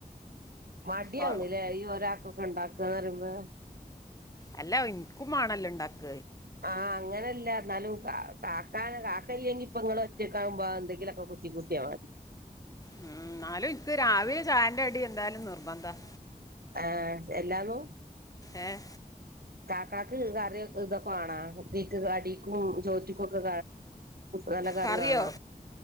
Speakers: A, on the right (about 80°); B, on the left (about 25°).
A: മടിയണല്ലേ
B: ഓ
A: ഈ ഒരാക്കൊക്കെ ഇണ്ടാക്കന്ന് പറുമ്പോ
B: അല്ല ഇനിക്കും ആണല്ലോ ഉണ്ടാക്ക
A: ആഹ് അങ്ങനെയല്ല എന്നാലും കാക്കാന കാക്കയിെങ്കി ഇപ്പൊ ഇ ഒറ്റക്കാാവുമ്പോ എന്തെങ്കിലുംൊക്കെ കുത്തി കുട്ടി <inaudible>
B: ഉം എന്നാലും ഇപ്പ രാവിലെ ചായറെ അടി എന്തായാലും നിർബന്ധം
A: ആഹ എല്ലാന്നു
B: ഏ
A: ചാക്കക്ക് കറ ഇതൊക്കെ വണാ തീക്ക് അടിക്കും ചോറ്റിക്കും ഒക്കെ നല്ല കറിവാണാ
B: കറിയോ